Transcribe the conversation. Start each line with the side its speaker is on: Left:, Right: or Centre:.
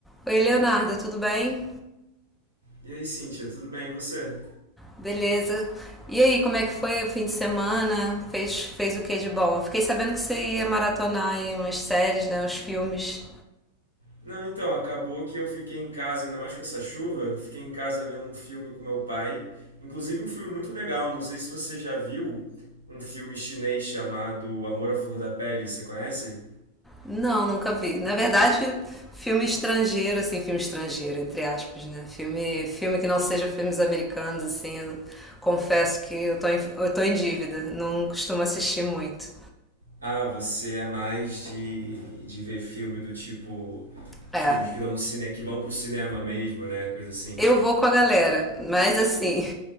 Centre: Oi, Leonardo, tudo bem?
Right: E aí, Cíntia, tudo bem? E você?
Centre: Beleza. E aí, como é que foi o fim de semana? Fez, fez o que de bom? Eu Fiquei sabendo que você ia maratonar aí umas séries, né? Uns filmes.
Right: Não, então, acabou que eu fiquei em casa, ainda mais com essa chuva, fiquei em casa vendo um filme com meu pai, inclusive um filme muito legal, não sei se você já viu um filme chinês chamado Amor à Flor da Pele, você conhece?
Centre: Não, nunca vi. Na verdade, filme estrangeiro, assim, filme estrangeiro, entre aspas, né? Filme, filme que não seja filmes americanos, assim, eu confesso que eu tô em, eu tô em dívida, não costumo assistir muito.
Right: Ah, você é mais de, de ver filme do tipo
Centre: É,
Right: os filmes que dão no cine, que vão pro cinema mesmo, né? Coisa assim.
Centre: Eu vou com a galera, mas assim,